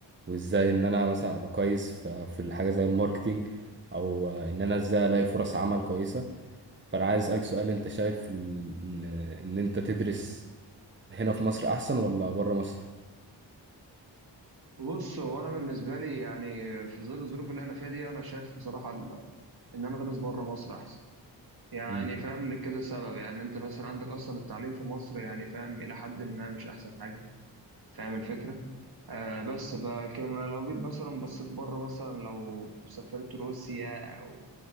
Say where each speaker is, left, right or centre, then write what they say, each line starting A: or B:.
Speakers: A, on the right; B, on the right.
A: وازاي ان انا مثلا ابقى كويس في في الحاجة زي الماركتينج او آه، ان انا ازاي الاقي فرص عمل كويسة فانا عايز اسالك سؤال انت شايف ال... ان إن انت تدرس هنا في مصر احسن ولا بره مصر؟
B: بص هو انا بالنسبه لي يعني في ظل الظروف اللي احنا فيها دي انا شايف بصراحه ال- ان انا ادرس بره مصر احسن يعني
A: امم
B: فاهم لكذا سبب يعني انت مثلا عندك اصلا التعليم في مصر يعني فاهم الى حد ما مش احسن حاجه فاهم الفكره آه بس فكان لو جيت مثلا بصيت بره مثلا لو سافرت روسيا او